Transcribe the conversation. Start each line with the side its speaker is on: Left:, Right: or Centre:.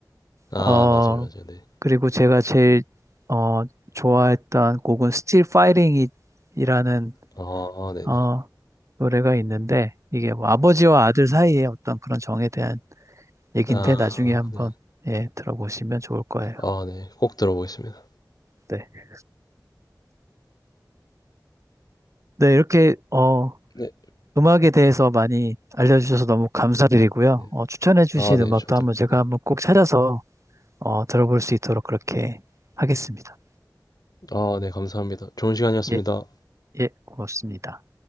Left: 아
Right: 어,
Left: 맞아요 맞아요 네.
Right: 그리고 제가 제일 어, 좋아했던 곡은 Still Fighting이라는
Left: 어 어, 네네.
Right: 어, 노래가 있는데 이게 뭐 아버지와 아들 사이의 어떤 그런 정에 대한 얘긴데
Left: 아
Right: 나중에 한번
Left: 네.
Right: 예, 들어보시면 좋을 거예요.
Left: 아 네. 꼭 들어보겠습니다.
Right: 네. 네, 이렇게 어,
Left: 네.
Right: 음악에 대해서 많이 알려주셔서 너무 감사드리고요.
Left: 네.
Right: 어, 추천해주신
Left: 아 네.
Right: 음악도
Left: 저도요.
Right: 한번 제가
Left: 네.
Right: 한번 꼭 찾아서 어, 들어볼 수 있도록 그렇게 하겠습니다.
Left: 아 네. 감사합니다. 좋은 시간이었습니다.
Right: 예, 예, 고맙습니다.